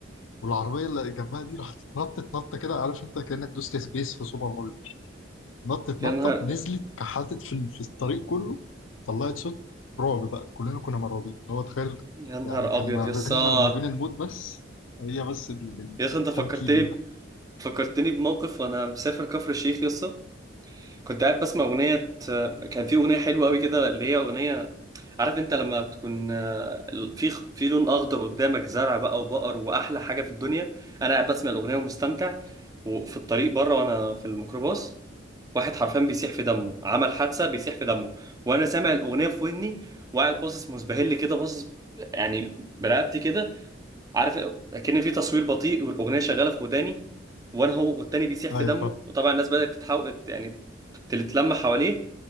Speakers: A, on the left (about 85°); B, on the right (about 20°).
A: والعربيه اللي جنبها دي راحت اتنطت نطه كده عارف انت كانك دوست سبيس في سوبر ماريو نطت
B: يا
A: نطه
B: نهار
A: نزلت كحلتت في ال- في الطريق كله طلعت صوت رعب بقى كلنا كنا مرعوبين اللي هو تخيل
B: يا نهار
A: يعني كان
B: ابيض
A: ما
B: يا
A: بيننا
B: اسطى
A: وما بين الموت بس هي بس ال- ال-
B: يا اسطى انت فكرتني
A: كام كيلو
B: ب-
A: ده
B: فكرتني بموقف وانا مسافر كفر الشيخ يا اسطى كنت قاعد بسمع اغنيه كان في اغنيه حلوه قوي كده اللي هي اغنيه عارف انت لما تكون آه، في خ- في لون اخضر قدامك زرع بقى وبقر واحلى حاجه في الدنيا انا قاعد بسمع الاغنيه ومستمتع وفي الطريق بره وانا في الميكروباص واحد حرفيا بيسيح في دمه عمل حادثه بيسيح في دمه وانا سامع الاغنيه في ودني وقاعد باصص مسبهل كده باصص يعني برقبتي كده عارف كأن في تصوير بطيء والاغنيه شغاله في وداني وانا هو والتاني بيسيح في
A: ايوه
B: دمه
A: فاهم
B: وطبعا الناس بدات تتحول يعني تتلم حواليه